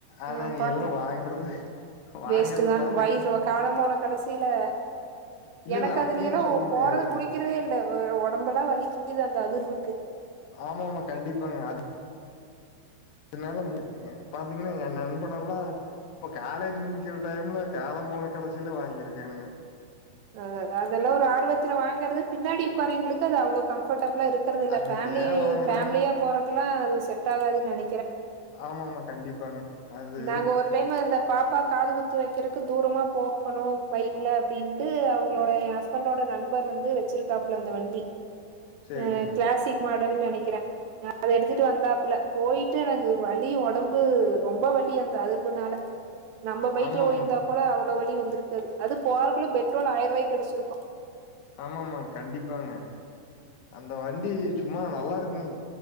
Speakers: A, on the left (about 85°); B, on the right (about 80°).
A: ஆனா
B: ஆ
A: நீ
B: பாக்லா
A: எல்லா வாங்கறது வாங்கறது
B: வேஸ்ட்டுதா
A: பாத்தீங்கன்னா
B: வயிசவா காலம்போன கடைசில
A: இல்ல
B: எனக்கு
A: இல்ல அப்டின்னு
B: அதுலயெல்லா
A: சொல்ல முடியாதுங்க
B: போறது புடிக் கிறதே இல்ல ஒரு உடம்பெலா வலிக்குது அந்த அதிர்வுக்கு
A: ஆமாமா கண்டிப்பாங்க அது னால முடியுங்க பாத்திங்கனா என் நண்பனெல்லா இப்ப காலேஜ் முடிக்கிற டைம்ல காலம் போன கடைசில வாங்கிருக்கானுக
B: அதாத அதெல்லா ஒரு ஆர்வத்துல வாங்குறது பின்னாடி உக்காரவிங்களுக்கு அது அவ்ளோ கம்ஃபர்டபிளா இருக் கறதில்ல
A: அது
B: ஃபேமிலி
A: ஏ வாங்குறான்னு
B: ஃபேமிலியா போறக்குலா அது செட் ஆகாதுன்னு நெனைக்கிறே
A: ஆமாமா கண்டிப்பாங்க அது
B: நாங்க ஒரு டைம் அந்த பாப்பா காது குத்து வைக்கறக்கு தூரமா போகணு பைக்ல அப்டின் ட்டு அவங்களோட எ ஹஸ்பண்டோட நண்பர் வந்து வெச்சிருக்காப்ல அந்த வண்டி
A: சேரிங்க
B: அ கிளாசிக் மாடல்ன் நெனைக்கிற அத எடுத்துட்டு வந்தாப்புல போயி ட்டு எனக்கு வலி ஒடம்பு ரொம்ப வலி அந்த அதிர்வுனால நம்ம பைக்ல
A: ஆமாமாங்க
B: ஓயிருந்தா கோட அவ்ள வழி வந்திருக்காது அது போறக்குள்ள பெட்ரோல் ஆயர்வாய்க்கு அடிச்சிருப்போ
A: ஆமாமாங் கண்டிப்பாங்க அந்த வண்டி சும்மா நல்லா இருக்குங்க